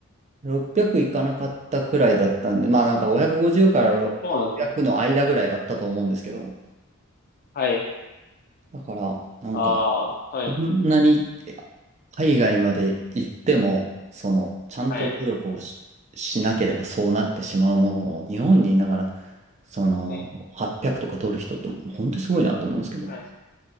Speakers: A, on the right; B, on the left.
A: 600いかなかったくらいだったんで、まあなんか550から600の間ぐらいだったと思うんですけど、
B: そうなんですね。はい。
A: だから、なんか、
B: ああー、はい。
A: そんなに海外まで行っても、その、ちゃんと努力をし、
B: はい。
A: しなければそうなってしまうものを、日本にいながら、その、
B: はい。
A: 800とか取る人って、本当にすごいなと思うんですけど。
B: はい。